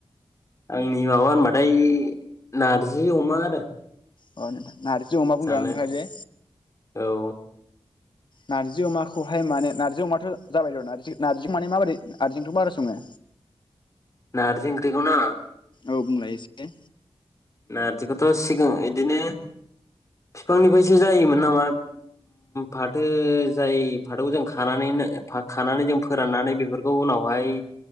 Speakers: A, on the left (about 30°); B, on the left (about 55°).
A: आंनि माबा होनबाथाय नारजि अमा आरो।
B: अ नोंथां। नारजि अमा बुंदों
A: जानो
B: नोंथाङा जे।
A: औ
B: नारजि अमाखौहाय माने नार्जि अमाथ जाबाय र नारजि-नारजिखौ माने माबदि नारजिओंख्रिखौ मारै सङो?
A: नार्जि ओंख्रिखौ ना
B: औ बुंलायो एसेे।
A: नारजिखौथ सिगां इदिनो फिफांनिफ्रायसो जायोमोन नामा फाथो जाय फाथोखौ जों खानानै खानानै जों फोराननानै बेफोरखौ उनावहाय